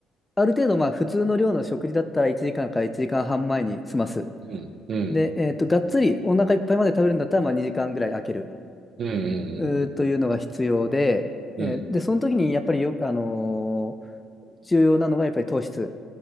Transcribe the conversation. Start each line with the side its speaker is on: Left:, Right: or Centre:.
Left: ある程度まあ普通の量の食事だったら1時間かんから1時間半前に済ます。
Right: うんうん
Left: で、えーと、がっつりお腹いっぱいまで食べるんだったらまあ2時間ぐらい空ける
Right: うんうん
Left: うーというのが必要で、
Right: うん
Left: えーで、その時にやっぱりよ、あのー重要なのがやっぱり糖質。